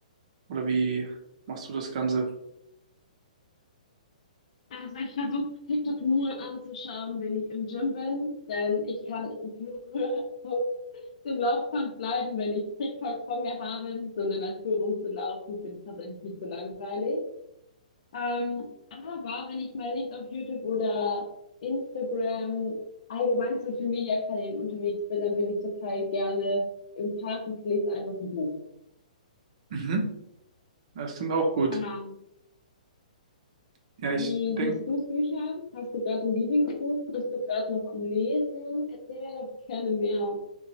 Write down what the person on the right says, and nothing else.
Oder wie machst du das Ganze?
Mhm. Ja, Das klingt auch gut.
Ja, ich
denke,